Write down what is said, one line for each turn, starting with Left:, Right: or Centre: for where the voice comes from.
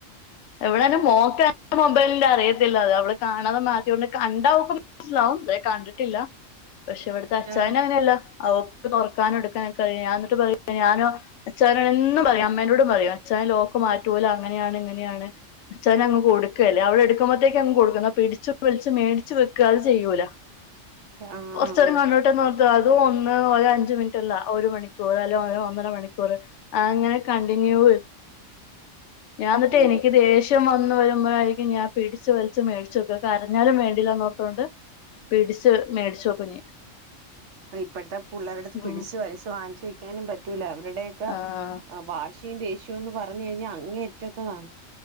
Left: എവിടെന്നെ മോക്ക് മൊബൈലിന്റെ അറിയത്തില്ല അത് അവള് കാ അതും മാറ്റിയൊണ്ട് കണ്ടാവുമ്പ മനസ്സിലാവും <unintelligible> കണ്ടിട്ടില്ല പക്ഷെ ഇവിടുത്തെ അച്ചായനങ്ങനെയല്ല
Right: ആ
Left: അവക്ക് തൊറക്കാനും എടുക്കാനൊക്കറിയ ഞാ എന്നിട്ട് പറയും ഞാനോ അച്ചായനോട് എന്നും പറയും അമ്മേനോടും പറയും അച്ചായൻ ലോക്ക് മാറ്റൂല അങ്ങനെയാണ് ഇങ്ങനെയാണ് അച്ചായനങ്ങ് കൊടുക്കല്ലേ അവിളെടുക്കുമ്പോത്തേക്കങ്ങ് കൊടുക്കും എന്നാ പി പിടിച്ച് പിടിച്ച് മേടിച്ച് വെക്ക അത് ചെയ്യൂല
Right: ആഹ്
Left: കൊറച്ചേരം
Right: ആഹ്
Left: കണ്ടോട്ടെ എന്ന് പറഞ്ഞിട്ട് അ അത് ഒന്ന് അഞ്ച് മിനിറ്റല്ല ഒരു മണിക്കൂർ അല്ലെ ഒന്നര മണിക്കൂർ അങ്ങനെ കണ്ടിന്യൂ ഞാ എന്നിട്ട്
Right: ഓ
Left: എനിക്ക് ദേഷ്യം വന്ന വരുമ്പോഴായിരിക്കും ഞാൻ പിടിച്ച് വലിച്ചു മേ ച്ചെക്ക കരഞ്ഞാലും വേണ്ടീല്ലാന്നോർത്തോണ്ട് പിടിച്ച് മേടിച്ചോക്കും ഞാൻ
Right: ഇപ്പോഴത്തെ പിള്ളേരുടുത്ത്
Left: ഉം
Right: പിടിച്ചു വലിച്ച് വാങ്ങിച്ചു വയ്ക്കാനും പറ്റൂല അവരുടെ ക്കെ
Left: ആഹ്
Right: വാശിയും ദേഷ്യവുംക്കെന്ന് പറഞ്ഞു കഴിഞ്ഞാൽ അങ്ങേ അറ്റാത്തതാണ്